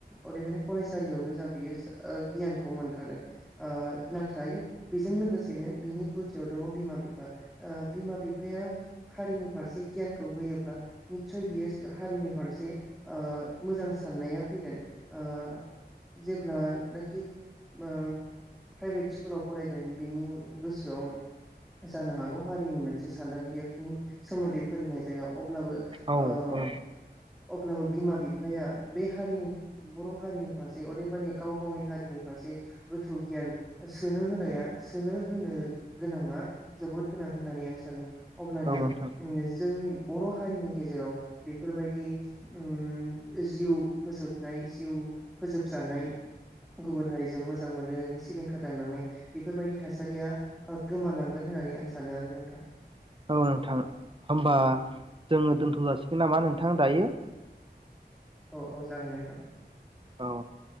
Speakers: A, in the centre; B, on the right (about 30°).
A: अदेबानि फरायसालियावनो जा बियो ओ गियानखौ मोनखागोन ओ। बेजों लोगोसेनो बिनि गुदियाव दङ बिमा बिफा बिमा बिफाया हारिनि फारसे गियानखौ होयोब्ला निस्सय बियो हारिनि फारसे ओ मोजां साननाया फैगोन ओ जेब्लानाखि ओ प्राइभेट स्कुलाव फरायगोन बिनि गोसो सोआव जानो हागौ हारिनि मोनसे सानदांथिनि सोमोन्दै फोरोंनाय जाया। ब्लाबो
B: औ
A: ओ
B: औ
A: अब्लाबो बिमा बि फाया बे हारिनि बर' हारिनि फारसे ओदेबानि गाव गावनि हारिनि फारसे गोथौ गियान सोनो होनाया सोनो होनो गोनाङा जोबोद गोनां होननानै आं सानो। अब्लानो
B: औ नोंथां
A: जोंनि बर' हारिनि गेजेराव बेफोरबायदि उम जिउ फोजोबनाय जिउ फोजोबजानाय गुबुन हारिजों मोजां मोनलायनानै सिलिंखा <unintelligible> बेफोरबायदि थासारिया गोमालांगोन होननानै आं सानो आरो नोंथां।
B: औ नोंथां होमबा जोङो दोन्थ'जासिगोन नामा नों थां दायो।
A: औ औ जागोन नोंथां।
B: औ